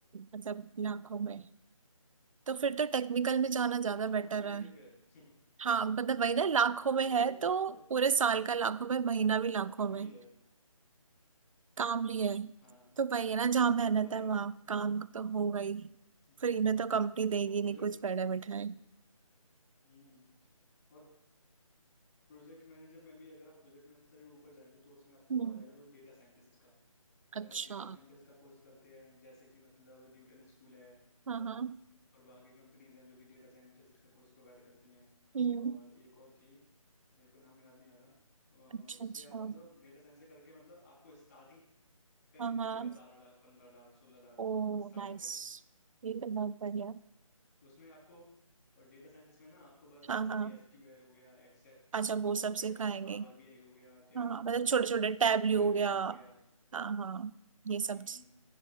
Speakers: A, on the right; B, on the left.
A: मतलब लाखों में तो फिर तो टेक्निकल में जाना ज्यादा
B: लाखों
A: बेटर
B: में महीने
A: है
B: पे <laughs>
A: हाँ मतलब वही ना लाखों
B: हाँ
A: में
B: वही
A: है
B: है कि
A: तो
B: आप अगर
A: पूरे साल का लाखों में महीना भी लाखों
B: काम
A: में
B: भी है
A: काम भी है
B: हाँ
A: तो वही
B: <laughs>
A: है ना जहाँ मेहनत
B: और
A: है
B: अगर
A: वहाँ
B: हम्म
A: काम तो होगा ही
B: वही
A: फ्री में तो कंपनी देगी
B: और प्रोजेक्ट
A: नहीं कुछ बैठा बिठाए
B: हम्म और प्रोजेक्ट मैनेजर में भी अगर आप प्रोजेक्ट मैनेजर से भी ऊपर जाएंगे तो उसमें आपको
A: हम्म
B: आ जाएगा रोल डेटा साइंटिस्ट का अगर
A: अच्छा
B: आप डेटा साइंटिस्ट का कोर्स करते हैं जैसे कि मतलब न्यूटन स्कूल है
A: हाँ
B: और
A: हाँ
B: बाकी कंपनीज हैं जो कि डेटा साइंटिस्ट का कोर्स प्रोवाइड करती हैं
A: हम्म
B: और एक और थी मेरे को नाम याद नहीं आ रहा
A: अच्छा
B: अ, उससे
A: अच्छा
B: आप मतलब डेटा साइंस से करके मतलब आपको स्टार्टिंग पैकेज
A: हाँ हाँ
B: मिलेगा बारह लाख पंद्रह लाख सोलह लाख
A: ओ
B: स्टार्टिंग
A: नाइस
B: पैकेज
A: ये तो बहुत बढ़िया
B: उसमें आपको और डेटा साइंटिस्ट में ना आपको बस
A: हाँ
B: जैसे
A: हाँ
B: कि एसक्यूएल हो गया एक्सेल
A: अच्छा वो
B: हो
A: सब
B: गया
A: सिखाएंगे
B: पावर बीआई हो गया टैब
A: हाँ मतलब छोटे छोटे टैबली
B: पाइथन
A: हो गया
B: हो गया
A: हाँ हाँ ये सब
B: हम्म